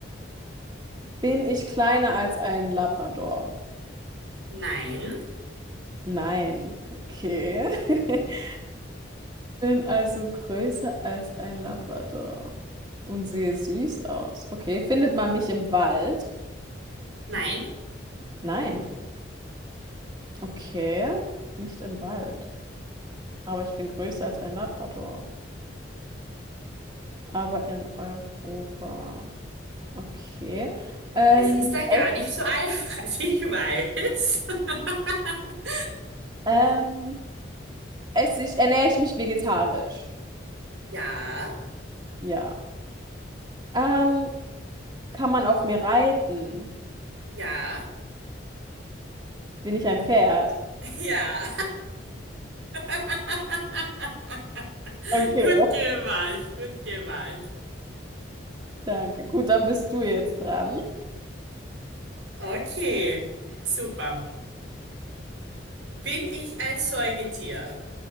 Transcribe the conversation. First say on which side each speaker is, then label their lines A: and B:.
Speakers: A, on the right; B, on the right.
A: bin ich kleiner als ein Labrador?
B: nein,
A: Nein. Okay. <laughs> bin also größer als ein Labrador und sehe süß aus. Okay, findet man mich im Wald?
B: nein.
A: Nein. Okay, nicht im Wald. Aber ich bin größer als ein Labrador. Aber in Europa. Okay. Ähm,
B: Es ist dann
A: es,
B: gar nicht so einfach, <laughs> ich weiß. <laughs>
A: ähm, esse ich, ernähre ich mich vegetarisch?
B: Ja,
A: Ja. Ähm, kann man auf mir reiten?
B: ja,
A: Bin ich ein Pferd? <laughs>
B: ja. <laughs>
A: Okay,
B: Gut gemacht, gut gemacht.
A: danke. Gut, dann bist du jetzt dran.
B: Okay, super. Bin ich ein Säugetier?